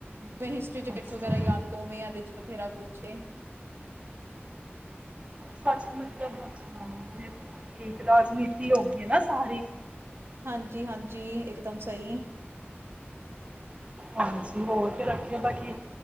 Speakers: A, on the right (about 65°); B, on the right (about 30°).
A: ਬੀ
B: ਅੱਛਾ
A: ਹਿਸਟਰੀ ਚ ਡੇਕਸ ਵਗੈਰਾ ਯਾਦ ਕਵੇਂ ਆ ਐਦੇ ਚ ਬਥੇਰਾ ਕੁਛ। ਛੇਂ
B: ਸੱਚ ਮਤਲਬ <unintelligible> ਠੀਕ ਰਾਜਨੀਤੀ ਹੋ ਗੀ ਏ ਨਾ ਸਾਰੀ।
A: ਹਾਂਜੀ, ਹਾਂਜੀ ਇਕਦਮ ਸਹੀ।
B: ਹਾਂਜੀ ਹੋਰ ਫੇਰ ਅੱਗੇ ਦਾ ਕੀ।